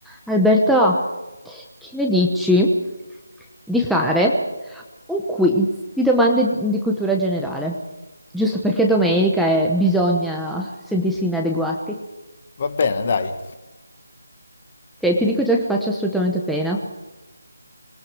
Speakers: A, in the centre; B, on the left.
A: Alberto, che ne dici di fare un quiz di domande di cultura generale? Giusto perché domenica e bisogna sentirsi inadeguati.
B: Va bene, dai.
A: Ok, ti dico già che faccio assolutamente pena.